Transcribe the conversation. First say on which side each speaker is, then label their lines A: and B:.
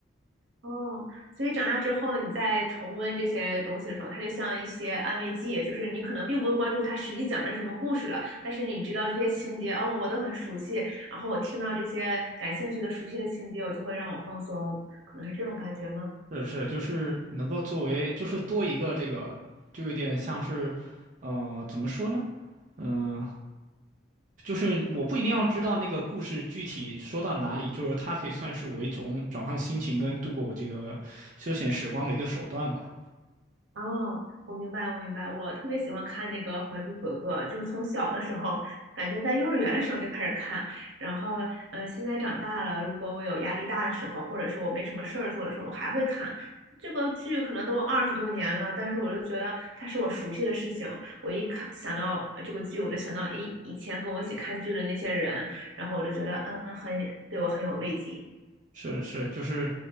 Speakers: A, on the right; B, on the right.
A: 哦，所以长大之后，你在重温这些东西的时候，它就像一些安慰剂，就是你可能并不关注它实际讲的是什么故事了，但是你知道这些情节，哦，我都很熟悉，然后我听到这些感兴趣的、熟悉的情节，我就会让我放松，可能是这种感觉吗？
B: 是是，就是能够作为，就是多一个这个，就有点像是，呃，怎么说呢？嗯、就是我不一定要知道那个故事具体说到哪里，就是它可以算是我一种转换心情跟度过我这个休闲时光的一个手段吧。
A: 哦，我明白，我明白。我特别喜欢看那个《还珠格格》，就是从小的时候，感觉在幼儿园的时候就开始看，然后，嗯、现在长大了，如果我有压力大的时候，或者是我没什么事儿做的时候，我还会看。这个剧可能都二十多年了，但是我就觉得它是我熟悉的事情。我一看想到这个剧，我就想到以以前跟我一起看剧的那些人，然后我就觉得，嗯，很，对我很有慰藉。
B: 是的是，就是，